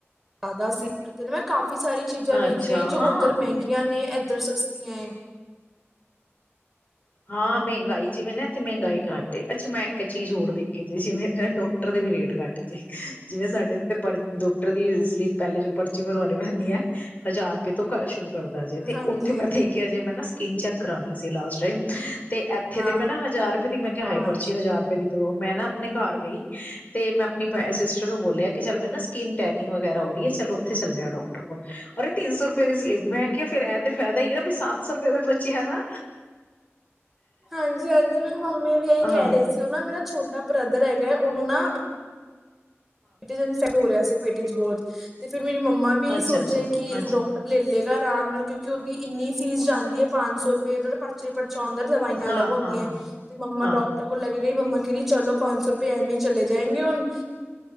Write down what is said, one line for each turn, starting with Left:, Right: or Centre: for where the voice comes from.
Centre: ਜ਼ਿਆਦਾ ਸੀ ਤੇਨ ਮੈਂ ਕਾਫੀ ਕਾਫ਼ੀ ਸਾਰੀ ਚੀਜ਼ਾਂ ਵੇਖੀਆਂ
Left: ਅੱਛਾ
Centre: ਜੋ
Left: ਹਾਂ
Centre: ਉੱਧਰ ਮਹਿੰਗੀਆਂ ਨੇ ਇੱਧਰ ਸਸਆਂ
Left: ਹਾਂ ਮਹਿੰਗਾਈ ਜਿਵੇਂ ਨਾ ਇੱਥੇ ਮਹਿੰਗਾਈ ਘੱਟ ਅੱਛਾ ਮੈਂ ਇੱਕ ਚੀਜ਼ ਹੋਰ ਦੇਖੀ ਜੀ ਜਿਵੇਂ ਨਾ ਡਾਕਟਰ ਦੇ ਵੀ ਰੇਟ ਘੱਟ ਜ ਜਿਵੇਂ ਸਾਡੇ ਇਥ ਪਰ ਡੋਕਟਰ ਦੀ ਪਹਿਲੇ ਜੋ ਪਰਚੀ ਬਣਵਾਉਣੀ ਪੈਂਦੀ ਹੈ ਹਜ਼ਾਰ ਤੂੰ ਘਰ ਸ਼ੁਰੂ ਕਰਦਾ ਜੇ ਤੇ
Centre: ਹਾਂਜੀ
Left: ਉੱਥੇ ਮੈਂ ਦੇਖਿਆ ਜੇ ਮੈਂ ਨਾ ਸਕਿੰਨ ਚੈੱਕ ਕਰਾਉਣੀ ਸੀ ਲਾਸਟ ਟਾਈਮ ਤੇ ਇੱਥੇ
Centre: ਹਾਂ
Left: ਤੇ ਮੈਂ ਨਾ ਹਜ਼ਾਰ ਰੁਪਏ ਦੀ ਮੈਂ ਕਿਹਾ
Centre: ਹਾਂ
Left: ਹੈ ਪਰਚੀ ਹਜ਼ਾਰ ਰੁਪਏ ਦੀ ਬਰੋ ਮੈਂ ਨਾ ਆਪਣੇ ਘਰ ਗਈ ਤੇ ਮੈਂ ਆਪਣੀ ਸਿਸਟਰ ਨੂੰ ਬੋਲਿਆ ਕਿ ਚ ਮੈਂ ਨਾ ਸਕਿੰਨ ਟੈਨਿੰਗ ਵਗੈਰਾ ਹੋ ਰਹੀ ਹੈ ਚਲ ਉੱਥੇ ਚੱਲਿਆ ਡਾਕਟਰ ਉਹਰਰੇ ਇਨ ਸ ਰੁਪਏ ਪ ਦੀ ਸਲੀਪ ਮੈਂ ਕਿਹਾ ਫੇਿਰ ਇਹ ਤੇ ਫਾਇਦਾ ਹੀ ਨਾ ਬ ਸੱਤ ਸੌ ਰੁਪਏ ਦੇ ਬਚੀ ਨਾ
Centre: ਹਾਂਜੀ ਹਾਂਜੀ ਮੈਨੂੰ ਮੰਮੀ ਵੀ ਇਹੀ
Left: ਹਾਂ
Centre: ਕਹਿ
Left: ਹਾਂ
Centre: ਰਹੇ ਸੀ ਉਹ ਨਾ ਮੇਰਾ ਛੋਟਾ ਾ ਬ੍ਰਦਰ ਹੈਗਾ ਉਹਨੂੰ ਨਾ ਕਿਥੇਨ ਸਗਾ ਉਰੇਿਆ ਪੇਟੇ ਚ ਬਹੁਤ ਤੇ ਫਿਰਰ ੇਰੀ ਮੰਮਾ ਵੀ ਇਹੀ
Left: ਅੱਛਾ
Centre: ਸੋਚਿਆ
Left: ਅੱਛਾ
Centre: ਕਿ
Left: ਅੱਛਾ
Centre: ਡਾਕਟਰ ਲੈ ਲੈ ਆਰਾਮ ਨਾਲ ਕਿਉਂਕਿ ਉਹਦੀ ਇੰਨੀ ਫੀਸ ਜਾਂਦੀ ਹੈ ਪੰਜ ਸੌ ਰੁਪਏ ਜ ਪਰਚੇ ੋਂਦਰ ਦਵਾਈਆਂ
Left: ਹਾਂ
Centre: ਅਲੱਗ ਹੁੰਦੀਆਂ
Left: ਹਾਂ
Centre: ਤੇ ਮੰਮਾ
Left: ਹਾਂ
Centre: ਡਾਕਟਰ ਕੋਲ ਲ ਗਈ ਮੰਮਾ ਕਹਿਦੀ ਚਲੋ ਪੰਜ ਸੌ ਰੁਪਏ ਐਏਵੇ ਹੀ ਚਲੇ ਜਾਏਗੇ ਹੁਣ